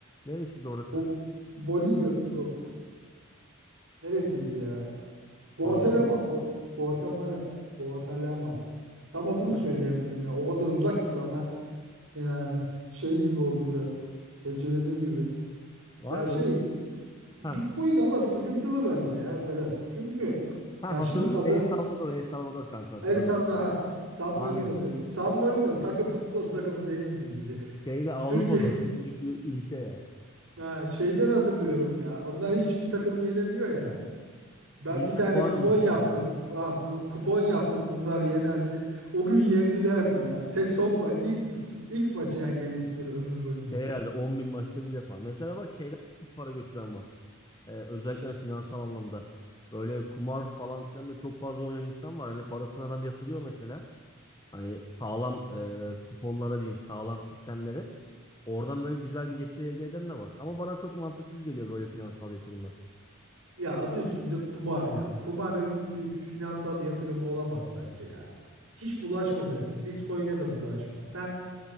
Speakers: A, on the left (about 20°); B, on the right (about 85°).
A: Neresiydi orası?
B: Bu Bolivya yok. Neresiydi ya? Guatemala.
A: Vallahi.
B: Gu- Guatemala. Guatemala. Tam adını
A: <laughs>
B: söyleyemedim ya. O kadar uzak ki bana. Yani şey gibi oldu biraz. Heceledim gibi.
A: Var
B: Ya
A: ya
B: şey
A: öyle.
B: Bitcoin
A: Heh,
B: ama sıkıntılı bence ya Serhat. Çünkü
A: Ha
B: ya
A: hatırladım.
B: şimdi kaza
A: El Salvador, El Salvador kanka hatırladım.
B: el salla ha, San
A: Aynen.
B: Marino diyorum. San Marino takım futbol takımı değil miydi diye.
A: Şeyde Avrupa'da
B: Türkiye
A: o küçücük bir ülke ya.
B: <laughs> ha, şeyden hatırlıyorum ya. Onlar hiçbir takımı yenemiyor ya. Ben
A: Bizden
B: bir tane
A: puan
B: kupon
A: almışlardı
B: yaptım.
A: ama.
B: Ha, bu kupon yaptım bunlar yenerdi O gün yendilerdi ya. Tek son ma ilk ilk maçı ya yendikleri ömür boyunca.
A: Şey herhalde 10 bin maçta bir defa. Mesela bak şeyden de çok para götüren var. Ee, özellikle finansal anlamda. Böyle kumar falan filan da çok fazla oynayan insan var. Hani parasını adam yatırıyor mesela. Hani sağlam e, kuponlara diyeyim, sağlam sistemlere. Oradan böyle güzel bir getiri elde eden de var. Ama bana çok mantıksız geliyor böyle finansal yatırımlar.
B: Ya adı üstünde kumar ya. Kumarın bir finansal yatırımı olamaz bence ya. Hiç bulaşma derim. Bitcoin'e de bulaşma. Sen